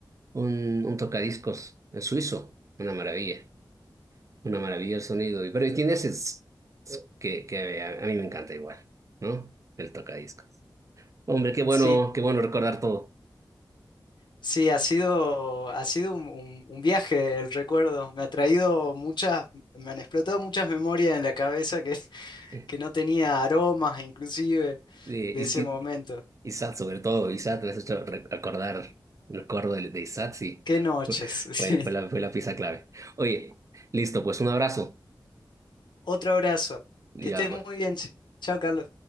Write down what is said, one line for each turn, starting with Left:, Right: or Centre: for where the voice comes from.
Right: un, un tocadiscos eh, suizo. Una maravilla. Una maravilla el sonido. Y- Pero tiene ese tss, tss que, que a, a mí me encanta igual, ¿no? El tocadiscos. Hombre, qué bueno,
Left: Sí,
Right: qué bueno recordar todo.
Left: sí, ha sido, ha sido un, un- un viaje el recuerdo. Me ha traído muchas, me han explotado muchas memorias en la cabeza que,
Right: Eh,
Left: que no tenía aromas, inclusive,
Right: y,
Left: de ese
Right: y-
Left: momento.
Right: Isaac, sobre todo, Isaac, me has hecho re- recordar, recuerdo de, de Isaac, sí.
Left: Qué noches.
Right: <laughs>
Left: <laughs> sí.
Right: Fue, fue la, fue la pieza clave. Oye, listo, pues un abrazo.
Left: Otro abrazo.
Right: Ya,
Left: Que estés
Right: pues.
Left: muy bien. Ch- Chao, Carlos.